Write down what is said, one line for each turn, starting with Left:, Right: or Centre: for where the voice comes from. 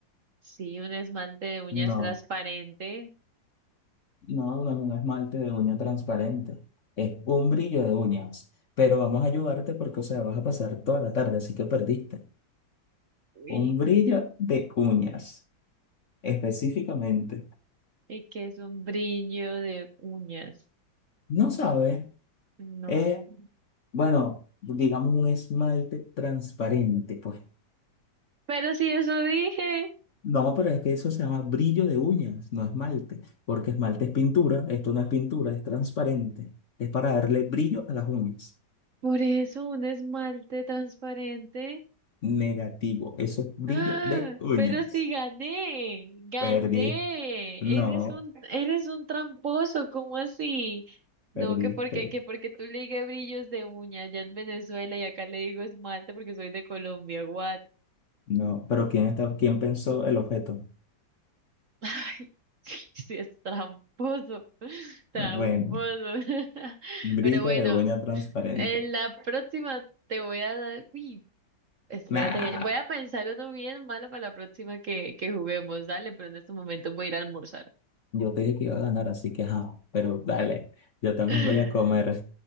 Right: Sí, un esmalte de uñas
Left: No,
Right: transparente
Left: no, no es un esmalte de uña transparente, es un brillo de uñas. Pero vamos a ayudarte porque, o sea, vas a pasar toda la tarde, así que perdiste.
Right: Y,
Left: Un brillo de uñas, específicamente.
Right: y que es un brillo de uñas.
Left: No sabes,
Right: No.
Left: es, bueno, digamos un esmalte transparente, pues.
Right: Pero si eso dije.
Left: No, pero es que eso se llama brillo de uñas, no esmalte, porque esmalte es pintura, esto no es pintura, es transparente, es para darle brillo a las uñas.
Right: Por eso un esmalte transparente.
Left: Negativo, eso es brillo
Right: ¡Ah!
Left: de uñas.
Right: Pero si gané, gané.
Left: Perdí, no,
Right: Eres un, eres un tramposo, ¿cómo así? No,
Left: perdiste,
Right: que porque, que porque tú le digas brillos de uña allá en Venezuela y acá le digo esmalte porque soy de Colombia, what?
Left: no, pero ¿quién está, quién pensó el objeto?
Right: <laughs> Ay, sí, sí, es tramposo, <laughs> tramposo.
Left: No, Bueno,
Right: <laughs>
Left: brillo
Right: Pero bueno,
Left: de uña transparente.
Right: En la próxima te voy a dar. Uy, espérate,
Left: Nah,
Right: que- voy a pensar uno bien malo para la próxima que, que juguemos. Dale, pero en estos momentos voy a ir a almorzar.
Left: yo te dije que iba a ganar, así que ajá, pero dale, yo también
Right: <laughs>
Left: voy a comer,